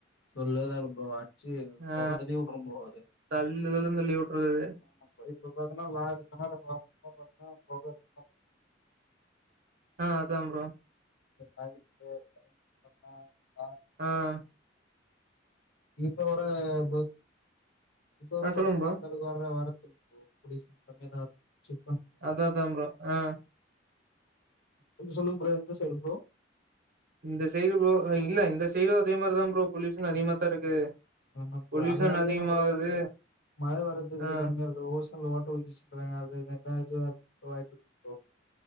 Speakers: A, on the left; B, on the right.
A: சொல்லதால போ அடிச்சு
B: ஆ
A: பொக தல்லி விட்ரும் ப்ரோ அது
B: தள்ளுதலுன்னு தள்ளி விட்டுறது
A: ஆம் ப்ரோ இப்ப பாத்தீன்னா லாரி கணரக வாகனலாம் பாத்தீன்னா பொகை அதிகம
B: ஆஹ் அதாங்க ப்ரோ
A: <unintelligible>
B: ஆஹ்
A: <inaudible> இப்ப வர பஸ் இப்ப வர
B: ஆ
A: பஸ்லலாம்
B: சொல்லுங்க ப்ரோ
A: அந்த அளவுக்கு வர வரத்துல்ல ப்ரோ பொலியூசன் கம்மியா தா இருக் ச்சு
B: அதா அதாம் ப்ரோ ஆஹ்
A: கொஞ்சம் சொல்லுங்க ப்ரோ எந்த சைடு ப்ரோ
B: இந்த சைடு ப்ரோ ஆ இல்ல இந்த சைடும் அதே மாரிதா ப்ரோ பொலியூஷன் அதிகமாத்தா இருக்கு
A: ஆமா ப்ரோ
B: பொல்யூஷன்
A: அதனாலயே
B: அதிகமாகுது
A: நம்மளுக்கு வந்து மழை வர்றதுக்கு
B: ஆ
A: கம்மியா இருக்கு ஓஷோன்ல ஓட்ட உழுந்துச்சுன்றாங்க அது கேட்டா இருக்கு ப்ரோ